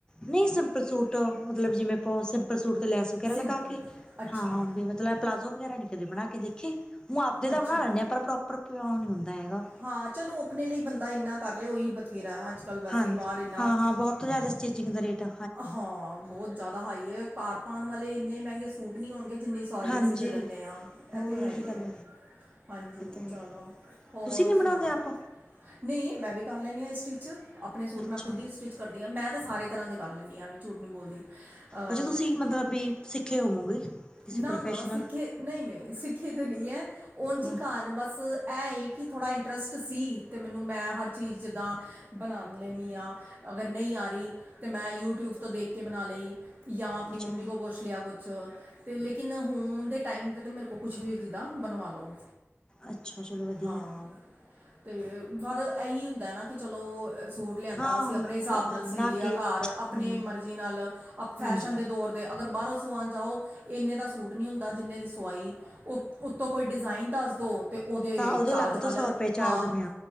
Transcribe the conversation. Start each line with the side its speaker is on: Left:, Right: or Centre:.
Left: ਨਹੀਂ ਸਿੰਪਲ ਸੂਟ, ਮਤਲਬ ਜਿਵੇਂ ਪਾ ਸਿੰ ਪਰ ਸੂਟ ਤੇ ਲੈਸ ਵਗੈਰਾ
Right: ਸਿੰਪਲ
Left: ਲਗਾ ਕੇ,
Right: ਅੱਛਾ
Left: ਹਾਂ ਵੀ ਮਤਲਬ ਪਲਾਜ਼ੋ ਵਗੈਰਾ, ਨੀ ਕਦੇ ਬਣਾ ਕੇ ਦੇਖੇ ਹੂੰਮਾਪੇ ਤਾਂ
Right: ਅੱਛਾ
Left: ਬਣਾ, ਲੈਦੇ ਪਰ ਪ੍ਰੋਪਰ ਪਿਉ ਨਹੀਂ ਹੁੰਦਾ ਹੈਗਾ
Right: ਹਾਂ ਚਲੋ, ਆਪਣੇ ਲਈ ਬੰਦਾ ਇੰਨਾ ਕਰ ਲਏ, ਉਹੀ ਬਥੇਰਾ ਅੱਜ- ਕੱਲ੍ਹ ਵੈਸੇ
Left: ਹਾਂਜੀ
Right: ਹੀ ਬਾਹਰ ਇੰਨਾ
Left: ਹਾਂ ਹਾਂ ਬਹੁਤ ਜ਼ਿਆਦਾ, ਸਟਟੀਚਿੰਗ ਦਾ ਰੇਟ ਆ
Right: ਹਾਂ ਬਹੁਤ ਜ਼ਿਆਦਾ ਹਾਈ ਹੈ, ਘਰ ਪਾੳਣ ਵਾਲੇ ਇੰਨੇ ਮਹਿੰਗੇ ਸੂਟ ਨਹੀਂ, ਹੋਣਗੇ ਜਿੰਨੇ ਸਈ
Left: ਹਾਂਜੀ
Right: ਅਸੀਂ ਦੇ ਦਿੰਦੇ ਹਾਂ,
Left: ਹੋਰ
Right: ਇਹ ਤਾਂ ਹੈ
Left: ਇਹੀ
Right: ਹੀ
Left: ਗੱਲ
Right: ਹੈ ਹਾਂਜੀ,
Left: ਇਹ ਤਾਂ ਹੈ
Right: ਚਲੋ ਹੋਰ
Left: ਤੁਸੀਂ ਨੀ
Right: ਸੁਣਾਓ?
Left: ਬਣਾਉਂਦੇ ਆਪ
Right: ਨਈ ਮੈਂ ਵੀ ਕਰ ਲੈਂਣੀ ਹਾਂ ਇਹ ਸਟਿਚ, ਆਪਣੇ ਸੂਟ
Left: ਅੱਛਾ
Right: ਮੈਂ ਖੁਦ ਹੀ ਸਟਿਚ ਕਰਦੀ ਹਾਂ, ਮੈਂ ਤਾਂ ਸਾਰੇ ਤਰ੍ਹਾਂ ਦੇ ਕਰ ਲੈਣੀ ਆ ਐਵੇ, ਵੀ ਝੂਠ ਨਹੀਂ ਬੋਲਦੀ ਅ,
Left: ਅੱਛਾ ਤੁਸੀਂ, ਮਤਲਬ ਪੈਟ ਸਿੱਖੇ ਹੋਵੋਗੇ ਕਿਸੇ
Right: ਨਾ
Left: ਪ੍ਰੋਫੈਸ਼ਨਲ
Right: -ਨਾ ਸਿੱਖੇ ਨਹੀਂ -ਨਹੀਂ ਸਿੱਖੇ ਤਾਂ ਨਈ ਐ ਉਂਝ ਜੀ
Left: ਹਾਂ
Right: ਘਰ ਬਸ ਐਂ, ਇਹ ਕਿ ਥੋੜ੍ਹਾ ਇੰਟਰਸਟ ਸੀ, ਅਤੇ ਮੈਨੂੰ ਮੈਂ ਹਰ ਚੀਜ਼ ਜਿੱਦਾਂ ਬਣਾ ਲੈਦੀ ਹਾਂ, ਅਗਰ ਨਹੀਂ ਆ ਰਹੀ ਤਾਂ, ਮੈਂ ਯੂਟਿਊਵ ਤੋਂ ਦੇਖ ਕੇ ਬਣਾ ਲਈ ਜਾਂ, ਆਪਣੀ
Left: ਅੱਛਾ
Right: ਮੰਮੀ ਕੋ ਪੁੱਛ ਲਿਆ ਕੁਛ ਤੇ ਲੇਕਿਨ ਹੁਣ ਦੇ ਟਾਈਮ ' ਤੇ ਮੇਰੇ ਕੋਲ ਕੁਛ ਵੀ ਜਿੱਦਾਂ ਬਣਵਾ ਲੋ।
Left: ਅੱਛਾ ਚਲੋ ਵਧੀਆ
Right: ਹਾਂ, ਤੇ ਪਰ ਇਹੀ ਹੁੰਦਾ ਨਾ ਕਿ ਚਲੋ ਸੂਟ ਲਿਆਂਦਾ
Left: ਹਾਂ
Right: ਅਸੀਂ ਆਪਣੇ ਹਿਸਾਬ
Left: ਏਦਾਂ
Right: ਨਾਲ
Left: ਬਣਾ
Right: ਸੀ ਲਿਆ
Left: ਕੇ
Right: ਘਰ ਆਪਣੇ
Left: ਹਮ
Right: ਮਰਜ਼ੀ ਨਾਲ ਫੈਸ਼ਨ
Left: ਹਾਂਜੀ
Right: ਦੇ ਦੌਰ ਦੇ ਅਗਰ ਬਾਹਰੋਂ ਸਮਾਣ ਜਾਓ- ਇੰਨੇ ਦਾ ਸੂਟ ਨਹੀਂ ਹੁੰਦਾ ਜਿੰਨੇ ਦੀ ਸਵਾਈ, ਉਹ ਉੱਤੋਂ ਕੋਈ ਡਿਜ਼ਾਇਨ ਦੱਸ ਦੋ ਤੇ ਉਹਦੇ
Left: ਤਾਂ
Right: ਚਾਰਜ
Left: ਅਲੱਗ ਤੋਂ
Right: ਅਲਗ,
Left: ਸੌ ਰੁਪਏ ਚਾਰਜ
Right: ਹਾਂ।
Left: ਨੇ